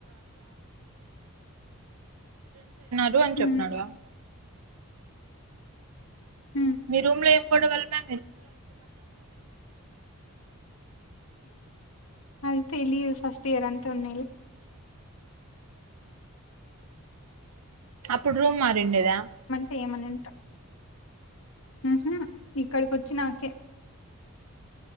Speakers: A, on the right; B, on the left.
A: వద్దు అని
B: హ్మ్
A: చెప్పాడుగా
B: హ్మ్
A: మీ రూమ్ లో ఏం కూడా వాళ్లమా
B: హ తెలిదు ఫస్ట్ ఇయర్ అంతా ఉన్నాళ
A: అ ఇప్పుడు రూమ్ మారిండడి
B: చేయమనింటా ఓహో ఇక్కడిక వచ్చి నాకే